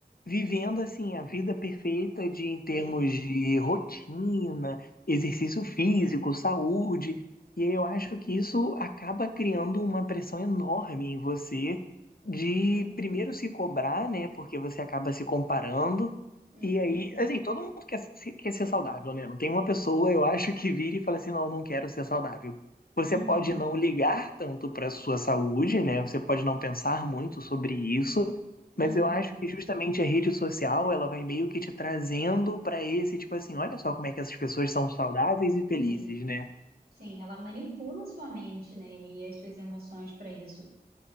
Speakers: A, on the left (about 65°); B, on the right (about 70°).
A: vivendo assim a vida perfeita de em termos
B: Sim,
A: de rotina, exercício físico, saúde. E aí eu acho que isso acaba criando uma pressão enorme em você de
B: sim.
A: primeiro se cobrar, né? Porque você acaba se comparando.
B: Uhum.
A: E aí, assim, todo mundo quer, se- quer ser saudável, né? Não tem uma pessoa, eu acho, que vira e fala assim, não, não quero ser saudável. Você
B: Uhum.
A: pode não ligar tanto para sua saúde, né? Você pode não pensar muito sobre isso,
B: Uhum.
A: mas eu acho que justamente a rede social, ela vai meio que te trazendo pra esse, tipo assim, olha só como é que essas pessoas são saudáveis e felizes,
B: Sim,
A: né?
B: sim. Ela manipula sua mente, né? E as suas emoções para isso.